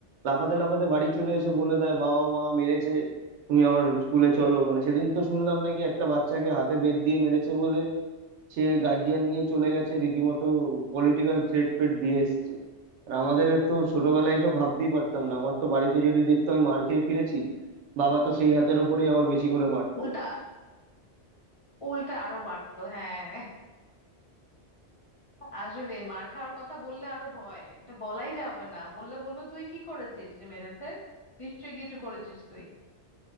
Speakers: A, on the right; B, on the left.
A: লাফাতে লাফাতে বাড়ি চলে এসে বলে দেয় বাবা মা মেরেছে তুমি আমার স্কুলে চলো মানে সেদিন তো শুনলাম নাকি একটা বাচ্চাকে হাতে বেত দিয়ে মেরেছে বলে সে গার্জিয়ান নিয়ে চলে গেছে রীতিমতো পলিটিক্যাল থ্রেট ফ্রেট দিয়ে এসছে আর আমাদের তো ছোটবেলায় এসব ভাবতেই পারতাম না আমার তো বাড়িতে যদি দেখতো আমি মার খেয়ে ফিরেছি বাবা তো সেই হাতের ওপরেই আবার বেশি করে মারতো
B: উল্টা উল্টা আরো বাড়তো হ্যাঁ আসলে মার খাওয়ার কথা বললে আরো ভয় এটা বলাই যাবে না বললে বলবে তুই কি করেছিস যে মেরেছে নিশ্চয়ই কিছু করেছিস তুই